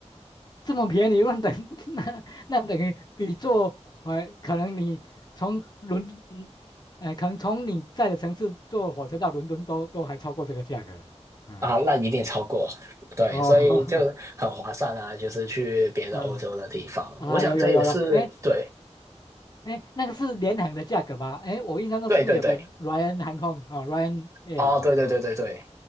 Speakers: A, on the left; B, on the right.
A: 这么便宜，那等 <laughs> 那那等于比坐，呃，可能你从伦，嗯呃，可能从你在的城市坐火车到伦敦都都还超过这个价格。嗯。
B: 啊，那一定超过，对，
A: 哦，
B: 所以就很划算啊，
A: <laughs>
B: 就是去别的欧洲的地方，
A: 嗯啊，
B: 我想这也是对，
A: 有有有有，哎哎，那个是联航的价格吧？哎，我印象中是不是有个
B: 对对对，
A: Ryan 航空啊哦，Ryan Air
B: 哦，
A: 嘛？
B: 对对对对对
A: 啊